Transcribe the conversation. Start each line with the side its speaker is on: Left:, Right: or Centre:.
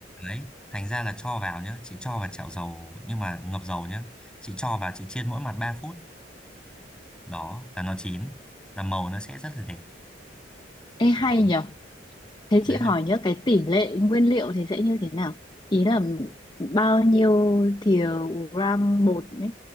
Centre: đấy thành ra là cho vào nhé chị cho vào chảo dầu nhưng mà ngập dầu nhé chị cho vào chị chiên mỗi mặt ba phút đó là nó chín là màu nó sẽ rất là đẹp
Left: ê hay
Centre: đó
Left: nhỉ? Thế
Centre: đấy
Left: chị hỏi
Centre: là
Left: nhớ cái tỷ lệ nguyên liệu thì sẽ như thế nào? Ý là bao nhiêu thìa gram bột ấy